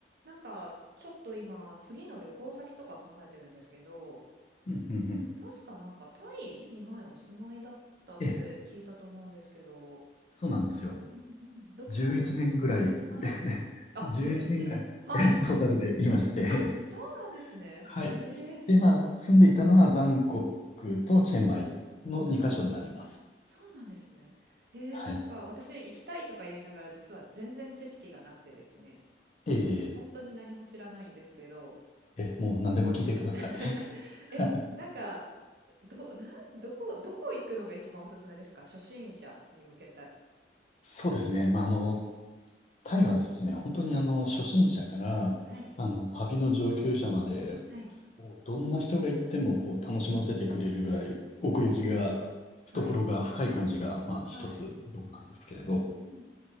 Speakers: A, on the right; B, on the left.
A: なんか、ちょっと今、次の旅行先とか考えてるんですけど、
B: うんうんうん
A: 確かなんかタイに前お住まいだったって聞いたと思うんですけど、
B: ええ、そうなんですよ。
A: うんうん、どちらにお住まいですはい。
B: 11年ぐらい、<laughs>
A: あ、
B: 11年ぐらい、
A: 11年はい。
B: <laughs> えトータルでいまして。
A: あ、そうなんですね。
B: はい。
A: ええ
B: で、まあ、住んでいたのはバンコクとチェンマイの2カ所になります。
A: はい。はい。へえ。そうなんですね。えー、
B: はい。
A: なんか私行きたいとか言いながら実は全然知識がなくてですね、
B: ええ、
A: 本当に何も知らないんですけど、
B: え、もう何でも聞いてください。
A: <laughs>
B: <laughs>
A: え、なんか、ど、なん、どこ、どこ行くのが一番おすすめですか初心者に向けた。
B: そうですね。まあ、あの、
A: はい。
B: タイはですね、本当にあの、
A: はい。
B: 初心者から、
A: はい。
B: あの、旅の上級者まで、
A: はい。
B: もうどんな人が行ってもこう楽しませてくれるぐらい奥行きが、
A: えー
B: 懐が深い感じが、
A: はい。
B: まあ一つどこなんですけれど、
A: はい。うんうん。